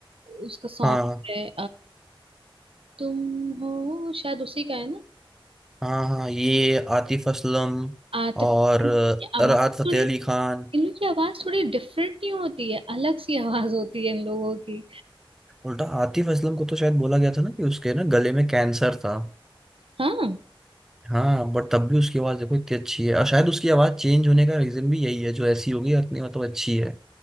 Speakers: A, on the right; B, in the centre.
A: उसका सॉन्ग
B: हाँ
A: है तुम हो शायद उसी का है ना
B: हाँ हाँ ये आतिफ असलम
A: आतिफ
B: और
A: असलम।
B: अ,
A: इन लोग की आवाज
B: राहत फतेह
A: थोड़ी
B: अली खान
A: इन लोग की आवाज थोड़ी डिफरेंट नहीं होती है अलग सी आवाज होती है इन लोगों की
B: उल्टा आतिफ असलम को तो शायद बोला गया था ना कि उसके ना गले में कैंसर था
A: हाँ
B: हाँ बट तब भी उसकी आवाज देखो इतनी अच्छी है और शायद उसकी आवाज चेंज होने का रीजन भी यही है जो ऐसी होगी इतनी मतलब अच्छी है